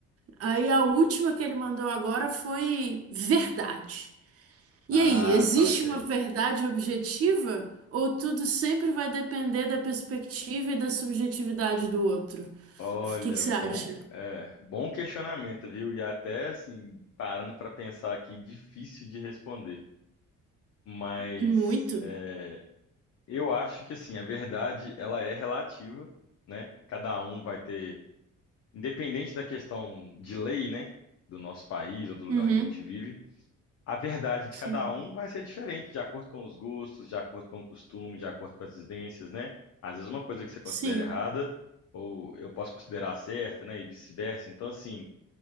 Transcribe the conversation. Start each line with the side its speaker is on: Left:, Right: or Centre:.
Right: Aí a última que ele mandou agora foi verdade. E
Left: Ah,
Right: aí, existe
Left: tá ok.
Right: uma verdade objetiva ou tudo sempre vai depender da perspectiva e da subjetividade do outro?
Left: Olha,
Right: O que que você
Left: bom,
Right: acha?
Left: é, bom questionamento, viu? E até assim, parando para pensar aqui, difícil de responder. Mas
Right: Muito?
Left: é, eu acho que assim, a verdade ela é relativa, né? Cada um vai ter, independente da questão de lei, né? Do nosso país ou do lugar
Right: Uhum.
Left: onde a gente vive A verdade de
Right: Sim.
Left: cada um vai ser diferente, de acordo com os gostos, de acordo com o costume, de acordo com as vivências, né? Às vezes uma coisa que você considera
Right: Sim.
Left: errada, ou eu posso considerar certa, né? E vice-versa. Então, assim,